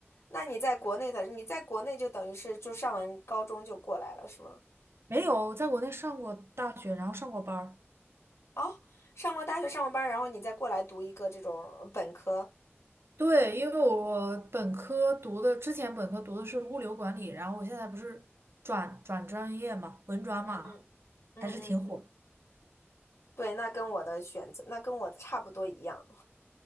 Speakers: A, on the left (about 85°); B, on the right (about 60°).
A: 那你在国内的，你在国内就等于是就上完高中就过来了，是吗？
B: 没有，在国内上过大学，然后上过班儿。
A: 哦，上过大学，上过班儿然后你再过来读一个这种本科。
B: 对，因为我本科读的，之前本科读的是物流管理，然后我现在不是转转专业嘛，文转嘛，
A: 嗯嗯嗯嗯，
B: 还是挺火的。
A: 对，那跟我的选择，那跟我的差不多一样。